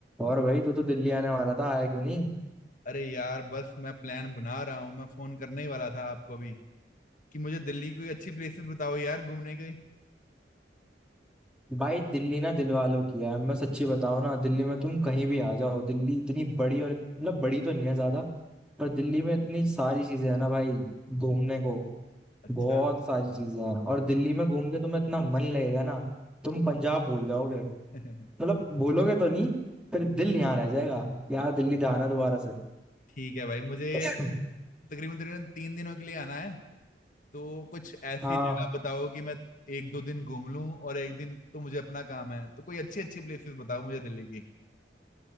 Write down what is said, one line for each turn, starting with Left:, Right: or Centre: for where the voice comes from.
Centre: और भाई तू तो दिल्ली आने वाला था आया क्यों नहीं
Left: अरे यार बस मैं प्लान बना रहा हूँ मैं फोन करने ही वाला था आपको भी कि मुझे दिल्ली की कोई अच्छी प्लेसेस बताओ यार घूमने की
Centre: भाई दिल्ली ना दिल वालों की है मैं सच्ची बताऊं ना दिल्ली में तुम कहीं भी आ जाओ दिल्ली इतनी बड़ी और मतलब बड़ी तो नहीं है ज्यादा पर दिल्ली में इतनी सारी चीजें है ना भाई घूमने को
Left: अच्छा
Centre: बहुत सारी चीजें हैं और दिल्ली में घूम के तुम्हें इतना मन लगेगा ना तुम पंजाब भूल जाओगे
Left: <laughs>
Centre: मतलब भूलोगे तो नहीं फिर दिल यहाँ रह जाएगा यार दिल्ली जाना दोबारा से
Left: ठीक है भाई मुझे
Centre: <clears throat> <laughs>
Left: तकरीबन तकरीबन तीन दिनों के लिए आना है तो कुछ ऐसी
Centre: हाँ
Left: जगह बताओ कि मैं एक दो दिन घूम लूं और एक दिन तो मुझे अपना काम है तो कोई अच्छी अच्छी प्लेसेस बताओ मुझे दिल्ली की